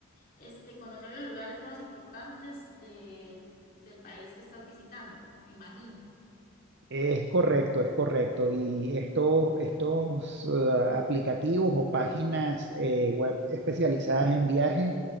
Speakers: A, on the left; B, on the right.
A: este, conocer los lugares más importantes de- del país que estás visitando, me imagino.
B: Es correcto, es correcto. Y esto- estos eh, aplicativos o páginas eh, web especializadas en viajes